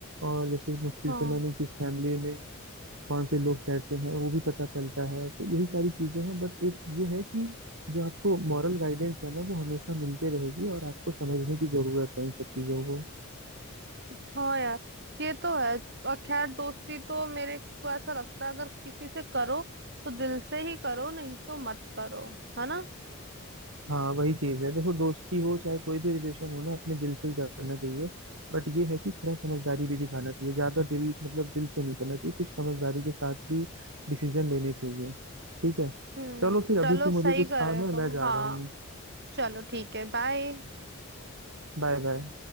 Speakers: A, on the right (about 65°); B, on the right (about 50°).
A: और जैसे मुश्किल
B: हाँ
A: समय में किस फैमिली में कौन से लोग कैसे हैं वो भी पता चलता है तो यही सारी चीजें हैं बट एक ये है कि जो आपको मॉरल गाइडेंस है ना वो हमेशा मिलते रहेगी और आपको समझने की जरूरत है उन सब चीजों को
B: हाँ यार ये तो है और खैर दोस्ती तो मेरे को ऐसा लगता है अगर किसी से करो तो दिल से ही करो नहीं तो मत करो है ना
A: हाँ वही चीज है देखो दोस्ती हो चाहे कोई भी रिलेशन हो ना अपने दिल से ही करना चाहिए बट ये है कि थोड़ा समझदारी भी दिखाना चाहिए ज्यादा दिल मतलब दिल से नहीं करना चाहिए कुछ समझदारी के साथ भी डिसीजन लेने चाहिए ठीक है
B: हम्म
A: चलो फिर अभी
B: चलो
A: तो मुझे
B: सही
A: कुछ
B: कर
A: काम
B: रहे हो
A: है
B: तुम
A: मैं जा
B: हाँ
A: रहा हूँ
B: चलो ठीक है बाय
A: Bye bye